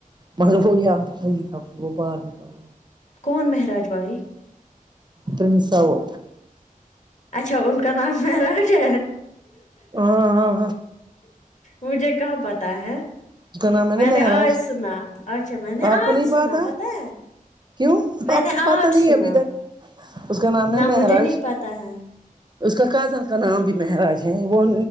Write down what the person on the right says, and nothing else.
مگرب وہ ہوئی تھا وہ باہر نکال
تنسا وہ
ہاں ہاں
کیا نام ہے
نے مہراج
آپ
کو نہیں
پا تھا
کیوں
آپ
کو
پتا نہیں
ابھی تک اس کا نام
ہے مہراج
اس کا کازن کا نام بھی مہاراج ہے وہ